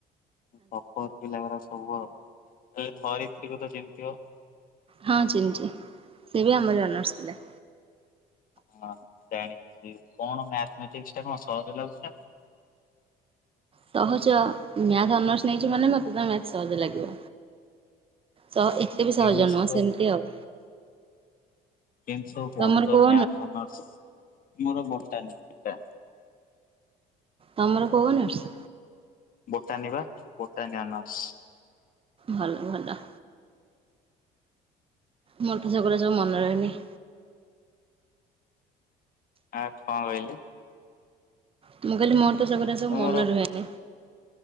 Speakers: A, on the left; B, on the right.
A: ଏ ଟପର ପିଲା ଗୁଡା ସବୁ ଆଉ ଏ ଧରିତ୍ରୀ କୁ ତ ଚିହ୍ନି ଥିବ।
B: ହଁ ଚିହ୍ନିଛିି ସେ ବି ଆମରି ଅନର୍ସ ପିଲା।
A: ହଁ ଜାଣିଛି କଣ ମ୍ୟାଥମେଟିକ୍ସ ଟା କଣ ସହଜ ଲାଗୁଛି ନା।
B: ସହଜ ମ୍ୟାଥ ଅନର୍ସ ନେଇଛି ମାନେ ମତେ ତ ମ୍ୟାଥ୍ ସହଜ ଲାଗିବ। ସହ ଏତେ ବି
A: କେମିତି
B: ସହଜ ନୁହଁ
A: ସବୁ
B: ସେମିତି ଆଉ।
A: କେମତି ସବୁ ପଢୁଛ
B: ତମର କୋଉ
A: ମ୍ୟାଥ ଅନର୍ସ ମୋର ବଟାନି ଟା।
B: ତମର କୋଉ ଅନର୍ସ।
A: ବଟାନି ବା ବଟାନି ଅନର୍ସ।
B: ଭଲ ଭଲ। ମୋର ତ ସେଗୁଡା ସବୁ ମନେ ରହେନି।
A: ମ୍ୟାଥ୍ କଁ କହିଲେ।
B: ମୁଁ କହିଲି ମୋର ତ ସଗୁରା ସବୁ
A: ଏ
B: ମନେ
A: ମୋର
B: ରୁହେନି।